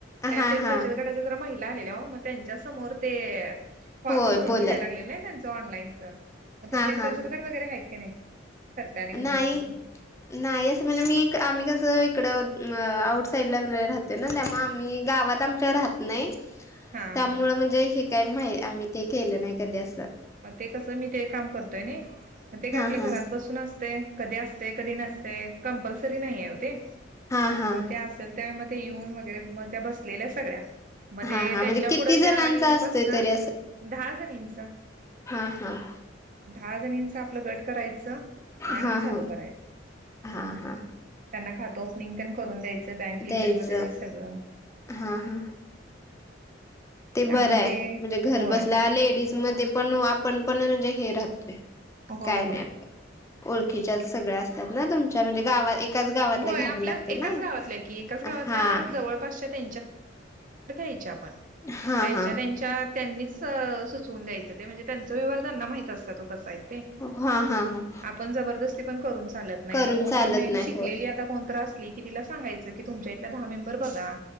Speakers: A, on the left (about 15°); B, on the right (about 45°).
A: हा
B: तेच
A: हा
B: बचत गटाच्या जरा महिला आलेल्या हो मग त्यांच्या समोर ते फॉर्म
A: होय
B: भरून
A: बोला
B: घ्यायला लागलेल नाही त्यांचं ऑनलाईनचंग तुमच्या
A: हा
B: ते
A: हा
B: बचत गट वगैरे आहेत काी नाही सरकारी उमेदच
A: ई
B: ते.
A: नाही असं म्हणजे मी आम्ही कसं इकड आउट साईड ला राहतो ना त्यामुळे आम्ही गावात आमच्या राहत नाही
B: हा
A: त्यामुळ
B: हा
A: म्हणजे हे काही माहि आम्ही काही केलं नाही कधी असं
B: मग ते कसं मी ते काम करतोय ना मग ते
A: हा
B: काय आपल्या
A: हा
B: घरात बसून असते कधी असते कधी नसते कंपल्सरी नाहीय होते
A: हा हा
B: मग ते असेल त्या म ते येऊन वगैरे मग त्या बसलेल्या सगळ्या मग
A: हा
B: ते
A: हा
B: त्यांच्या
A: म्हणजे किती
B: पुुढं
A: जणांचा
B: त्या येऊन
A: असतोय
B: बसणार
A: तरी
B: दहा जणींच
A: हम हम
B: दहा जण इंच आपलं गट करायचं आणि
A: हा
B: चालू
A: हा
B: करायचं
A: हा हा
B: त्यांना खातं ओपनिंग प करून द्यायचं बँक लिंकेज
A: द्यायचं
B: वगैरे सगळं
A: हा हा ते बरं
B: त्यामुळे
A: आहे
B: ते
A: म्हणजे घर
B: होय
A: बसल्या लेडीज मध्ये पण आपण पण म्हणजे हे राहतोय
B: होय
A: काही
B: होय.
A: नाही आपल्या ओळखीच्या सगळ्या असतात ना तुमच्या म्हणजे गावात एकाच गावातल्या
B: होय
A: घ्यावं
B: आपल्या
A: लागतं
B: एकाच
A: ना
B: गावातलं की एकाच गावातल्या
A: हा
B: जवळपास मे घ्या
A: हा हा
B: त्यां ून द्यायच म्हणजे त्यां व्यवार त्यांना माह असत तो कसा ते
A: हा हा हा
B: पण जबरदस्ती पण करून चालत नाही
A: करून
B: आता कोणत
A: चालत
B: मेन
A: नाही
B: शिक
A: हो
B: आता कोणत असली कि तिला सांगायचं की तुमच्या इथ दहा मेंबर बघा